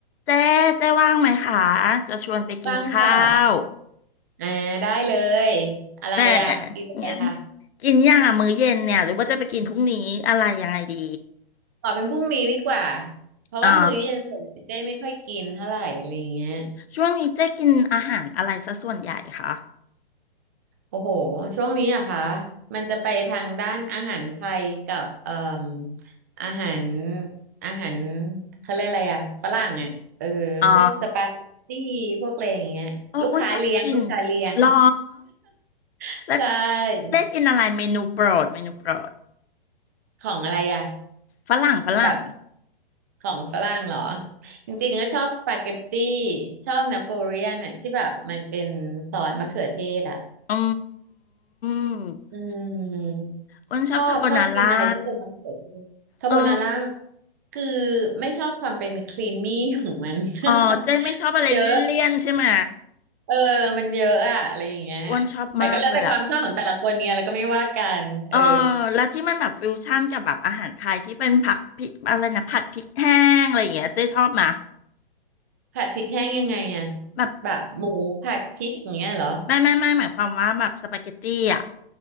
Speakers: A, on the left; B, on the right.
A: เจ๊เจ๊ว่างไหมคะ จะชวนไปกินข้าว
B: บ้างค่ะอ่าได้เลยอะไรอ่ะกินอะไรอ่ะ
A: แหม่เนี่ยกินอย่างอะมื้อเย็นเนี่ยหรือว่าจะไปกินพรุ่งนี้อะไรยังไงดี
B: ขอเป็นพรุ่งนี้ดีกว่า เพราะว่ามื้อเย็นส่วนใหญ่เจ๊ไม่ค่อยกินเท่าไหร่อะไรเงี้ย
A: อ่าช่วงนี้เจ๊กินอาหารอะไรซะส่วนใหญ่คะ
B: โอ้โหช่วงนี้อะคะมันจะไปทางด้านอาหารไทยกับเอ่มอาหารอาหารเขาเรียกอะไรอ่ะฝรั่งอ่ะเออพวกสปาเกตตี้พวกอะไรอย่างเงี้ยลูกค้าเลี้ยงลูกค้าเลี้ยง
A: อ๋อเอออ้วนชอบกินหรอ
B: <laughs>
A: แล้ว
B: ใช่
A: เจ๊กินอะไรเมนูโปรดเมนูโปรด
B: ของอะไรอ่ะ
A: ฝรั่งฝรั่ง
B: แบบ ของฝรั่งเหรอจริงๆก็ชอบสปาเกตตี้ชอบนาโปเลียนอ่ะที่แบบมันเป็นซอสมะเขือเทศอ่ะ
A: อืม
B: อืม
A: อ้วนชอบคาโบนาร่า
B: ชอบชอบกินอะไรที่เป็นมะเขือเทศคาโบนาร่า
A: เออ
B: คือไม่ชอบความเป็นครีมมี่ของมัน <laughs>
A: อ๋อเจ๊ไม่ชอบอะไรเลี่ยนๆใช่ไหม
B: เยอะเออมันเยอะอะอะไรอย่างเงี้ย
A: อ้วนชอบมากเลยอะ
B: แต่ก็แล้วแต่ความชอบของแต่ละคนเนี่ยแล้วก็ไม่ว่ากันเออ
A: เออแล้วที่มันแบบฟิวชั่นกับแบบอาหารไทยที่เป็นผักพริกอะไรนะผัดพริกแห้งอะไรอย่างเงี้ยเจ๊ชอบมา
B: ผัดพริกแห้งยังไงอะ
A: แบบ
B: แบบหมูผัดพริกอย่างเงี้ยเหรอ
A: ไม่ไม่ไม่หมายความว่าแบบสปาเกตตี้อ่ะ